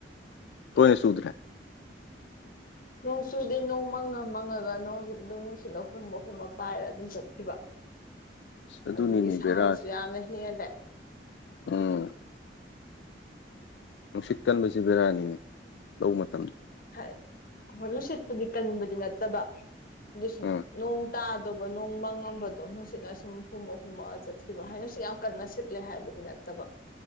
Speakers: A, on the left; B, on the left.
A: ꯇꯣꯏꯅ ꯆꯨꯗ꯭ꯔꯦ
B: ꯅꯣꯡ ꯆꯨꯗꯦ ꯅꯣꯡ ꯃꯪꯉ ꯃꯪꯉꯒ ꯅꯣꯡꯖꯤ ꯑꯗꯨꯝ ꯅꯨꯡꯁꯤꯠꯅ ꯍꯨꯝꯃ ꯍꯨꯝꯃ ꯄꯥꯏꯔ ꯑꯗꯨꯝ ꯆꯠꯈꯤꯕ
A: ꯑꯁ ꯑꯗꯨꯅꯤꯅꯦ
B: ꯑꯗꯨꯒꯤ ꯁꯥꯕꯁꯨ
A: ꯕꯦꯔꯥꯁꯦ
B: ꯌꯥꯝꯅ ꯍꯦꯜꯂꯦ
A: ꯎꯝ ꯅꯨꯡꯁꯤꯠ ꯀꯟꯕꯁꯦ ꯕꯦꯔꯥꯅꯤꯅꯦ ꯂꯧ ꯃꯇꯝꯗ
B: ꯍꯥꯏ ꯍꯣꯏ ꯅꯨꯡꯁꯤꯠꯄꯨꯗꯤ ꯀꯟꯕꯗꯤ ꯅꯠꯇꯕ ꯑꯗꯨ ꯁꯨꯝ
A: ꯎꯝ
B: ꯅꯣꯡ ꯇꯥꯗꯧꯕ ꯅꯣꯡꯃꯡꯉꯝꯕꯗꯣ ꯅꯨꯡꯁꯤꯠꯅ ꯁꯨꯝ ꯍꯨꯝꯃ ꯍꯨꯝꯃꯒ ꯆꯠꯈꯤꯕ ꯍꯥꯏꯅꯁꯨꯠ ꯌꯥꯝ ꯀꯟꯅ ꯁꯤꯠꯂꯦ ꯍꯥꯏꯕꯗꯤ ꯅꯠ ꯇꯕ